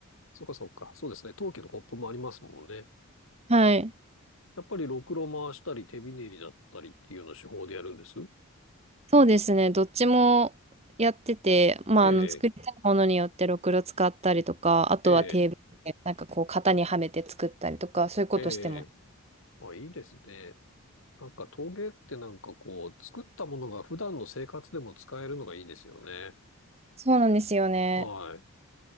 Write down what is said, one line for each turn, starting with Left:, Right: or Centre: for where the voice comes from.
Left: そうかそうか。そうですね。陶器のコップもありますもんね。
Right: はい。
Left: やっぱりろくろ回したり、手びねりだったりっていうような手法でやるんです。
Right: そうですね。どっちもやってて、まあ、
Left: ええ、
Right: あの、作りたいものによってろくろ使ったりとか、あとはテーブルで、
Left: ええ、
Right: なんかこう、型にはめて作ったりとか、そういうことしてます。
Left: ええ。あ、いいですね。なんか陶芸ってなんかこう、作ったものが普段の生活でも使えるのがいいですよね。
Right: そうなんですよね。
Left: はい。